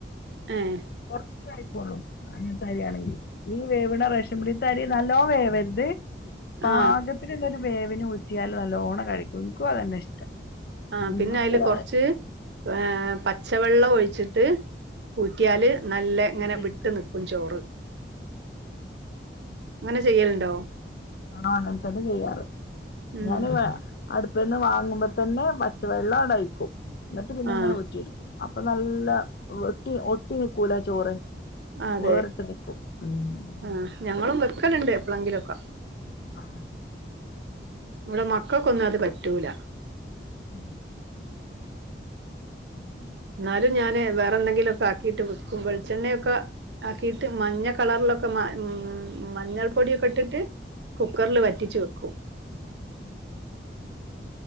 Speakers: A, on the right; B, on the left.
A: ഏഹ്
B: കുറച്ച ആയിക്കോള്ളൂ അങ്ങനെത്തരി ആണെങ്കിൽ ഈ വേവിണ റെഷമുടിത്തരി നല്ലോ വേവരുത് പാകത്തി
A: ആഹ്
B: ഇന്തരു വേവിന് ഊറ്റിയാല് നല്ലോണം കഴിക്കും എനിക്കും അതന്നെ ഇഷ്ടം
A: ആ പിന്നെ
B: മക്കള്
A: അതില് കൊറച്ച് ഏഹ് പച്ചവെള്ളം ഒഴിച്ചിട്ട് ഊറ്റിയാല് നല്ല ഇങ്ങനെ
B: ഊറ്റിയെടുക്കണം
A: വിട്ടു നിക്കും ചോറ് അങ്ങനെ ചെയ്യലുണ്ടോ
B: ആഹങ്ങൻ തന്നെ ചെയ്യാറ്
A: ഉം
B: ഞാന വേ അടുപ്പന്ന് വാങ്ങുമ്പോ തന്നെ പച്ചവെള്ളം അടയ്ക്കും എന്നിട്ട് പിന്നെ
A: ആഹ്
B: ഇങ്ങനെ വട്ടിയെടുക്കും അപ്പൊ നല്ല ഒട്ടി ഒട്ടി നിക്കൂല ചോറ്
A: അതെ
B: വേറിട്ട് നിക്കും ഉം
A: ആ ഞങ്ങളും വെക്കലുണ്ട് എപ്പോളെങ്കിലും ഒക്കെ
B: ആ
A: ഇവിടെ മക്കൾക്കൊന്നും അത് പറ്റൂല
B: ഉം ഉം
A: എന്നാലും ഞാന് വേറെ എന്തെങ്കിലുമ ഒക്കെ ആക്കിട്ട് വെക്കും വെളിച്ചെണ്ണയൊക്കെ ആക്കീട്ട് മഞ്ഞ കളറിലൊക്കെ മ മ മഞ്ഞൾ പൊടിയൊക്കെ ഇട്ടിട്ട് കുക്കറിൽ വറ്റിച്ചു വെക്കൂ
B: ഉം